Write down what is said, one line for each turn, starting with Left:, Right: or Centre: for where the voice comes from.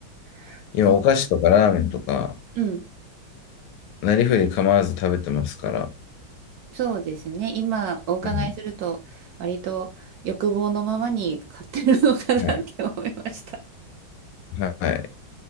Right: <laughs>
Left: 今、
Right: そ
Left: お菓子とかラーメンとか、
Right: う、うん、
Left: なりふり構わず食べてますから。
Right: そうですね。今お伺いすると、
Left: うん。
Right: 割と欲望のままに買ってるのかなって思いました。
Left: はい。はい。